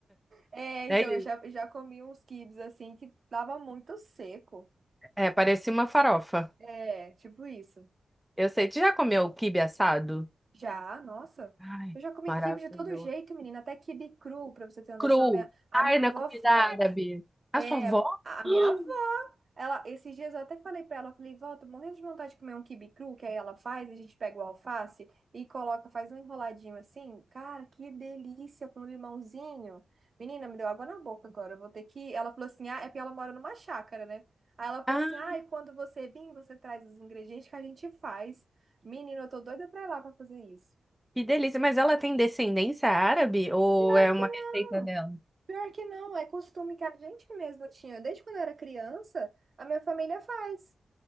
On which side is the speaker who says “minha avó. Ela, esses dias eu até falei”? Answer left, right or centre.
Right